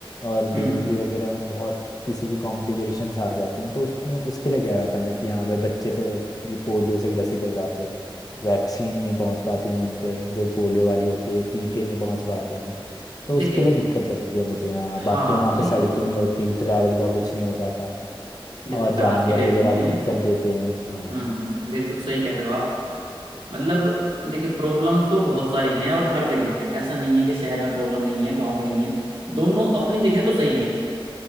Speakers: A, on the left; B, on the right.
A: और
B: हम्म
A: डिलीवरी वगैरह में बहुत किसी की कॉम्प्लिकेशंस आ जाती हैं तो उसमें उसके लिए कह रहा था मैं कि हाँ भाई बच्चे पे कि पोलियो से ग्रसित हो जाते हैं वैक्सीन नहीं पहुँच पाती हैं उन पे जो पोलियो वाली होती है टीके नहीं पहुँच पाते हैं तो
B: देखिए
A: उसके लिए दिक्कत लगती है मुझे हाँ बाकी
B: हाँ
A: वहाँ
B: नहीं
A: पे सड़कें नहीं होती ट्रैवल का कुछ नहीं हो पाता
B: देखो
A: और जानवर
B: आज के डेट
A: वगैरह
B: में
A: भी दिक्कत देते हैं हाँ
B: हम्म हम्म, बिल्कुल सही कह रहे हो आप मतलब देखिए प्रॉब्लम्स तो बहुत सारी हैं और हर जगह हैं ऐसा नहीं है कि शहर में प्रॉब्लम नहीं है गांव में नहीं है दोनों अपनी जगह तो सही है